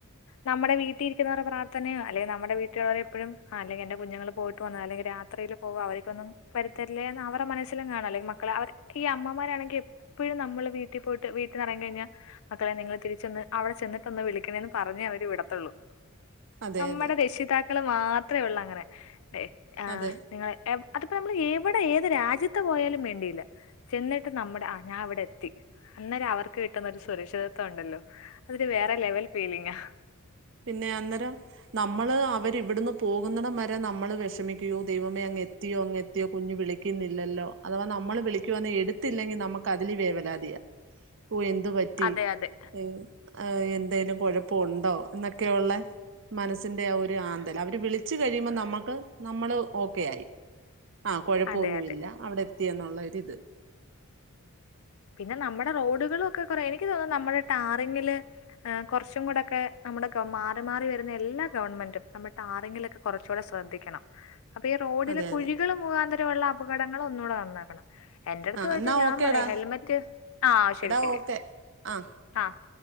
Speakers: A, on the left; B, on the right.
A: നമ്മടെ വീട്ടീരിക്കുന്നവരുടെ പ്രാർത്ഥനയോ അല്ലേ നമ്മുടെ വീട്ടികാരെപ്പഴും ആഹ് അല്ലെങ്കി എന്റെ കുഞ്ഞുങ്ങള് പോയിട്ട് വന്നോ അല്ലെങ്കി രാ യാത്രയില് പോവാ അവര്ക്കൊന്നും വരുത്തല്ലേന്ന് അവരെ മനസ്സിലും കാണുല്ലോ ഈ മക്കള അവരെ ഈ അമ്മമാരാണെങ്കി എ പ്പഴും നമ്മള് വീട്ടി പോയിട്ട് വീ പറയാൻ കഴിഞ്ഞാ മക്കളെ നിങ്ങള് തിരിച്ചെന്ന് അവിടെ ചെന്നിട്ടൊന്ന് വിളിക്കണേന്ന് പറഞ്ഞേ അവര് വിടത്തുള്ളൂ
B: അതെ
A: നമ്മടെ
B: അതെ
A: രക്ഷിതാക്കള് മാത്രേ ഒള്ളങ്ങനെ ഏഹ്
B: അതെ
A: നിങ്ങ അതിപ്പോ നമ്മള് ഏവിടെ ഏത് രാജ്യത്ത് പോയാലും വേണ്ടീല്ലാ ചെന്നിട്ട് നമ്മുടെ ആഹ് ഞാ ഇവിടെത്തി അന്നേരം അവർ ക്ക് കിട്ടുന്ന ഒരു സുരക്ഷിതത്വംണ്ടല്ലോ അതൊരു വേറെ ലെവൽ ഫീലിങ്ങാ
B: പിന്നെ അന്നേരം നമ്മള് അവരിവിടുന്ന് പോകുന്നിടം വരെ നമ്മള് വിഷമിക്കുകയോ ദൈവമേ അ എത്തിയോ അങ്ങെത്തിയോ കുഞ്ഞ് വിളിക്കുന്നില്ലല്ലോ അഥവാ നമ്മള് വിളിക്കുവാന്നേ എടുത്തില്ലെങ്കി നമുക്ക് അതില് വേവലാതിയാ ഓഹ് എന്ത് പറ്റി
A: അതെ അതെ
B: അയ്യോ ആഹ് എന്തേലും കൊഴപ്പ ഒണ്ടോ എന്നൊക്കെയൊള്ളേ മനസ്സിന്റെ ആ ഒരു ആന്തല് അവര് വിളിച്ചു കഴിയുമ്പോ നമ്മക്ക് നമ്മള് ഓക്കെ ആയി ആഹ് കൊഴപ്പൊന്നുവില്ല
A: അതെ അതെ
B: അവിടെ എത്തിയെന്നുള്ള ഒരിത്
A: പിന്നെ നമ്മടെ റോഡുകളും ഒക്കെ കുറെ എനിക്ക് തോന്നുന്നു നമ്മുടെ ടാറിങ്ങില് ഏഹ് കൊറച്ചും കൂടക്കെ നമ്മുടെ ഗ മാറി മാറി വരുന്ന എല്ലാ ഗവൺമെന്റും നമ്മ ടാറിങ്ങിലൊക്കെ കൊറച്ചൂടെ ശ്രദ്ധിക്കണം അപ്പൊ ഈ റോഡിലെ
B: അതെ
A: കുഴികള്
B: അതെ
A: മുഖാന്തരമുള്ള അപകടങ്ങളൊന്നുകൂടെ നന്നാക്കണം എന്റെ അടുത്ത്
B: ആ
A: ചോയിച്ചാ
B: എന്നാ
A: ഞാൻ
B: ഓക്കേടാ
A: പറയാ ഹെൽമെറ്റ് ആഹ് ശരി
B: എടാ
A: ശരി
B: ഓക്കെ ആ
A: ആഹ്